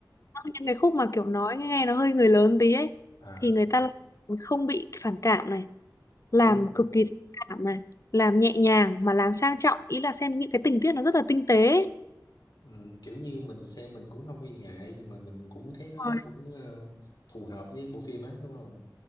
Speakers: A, on the left; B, on the left.
A: những cái khúc mà kiểu nói nghe nó hơi người lớn tí ấy
B: à
A: thì người ta lại không bị phản cảm này làm
B: đúng rồi
A: cực kỳ cảm này làm nhẹ nhàng mà làm sang trọng ý là xem những cái tình tiết nó rất là tinh tế ấy.
B: Ừ, kiểu như mình xem mình cũng không nghi ngại nhưng mà mình cũng thấy nó
A: Rồi,
B: cũng ờ, phù hợp với bộ phim á đúng không?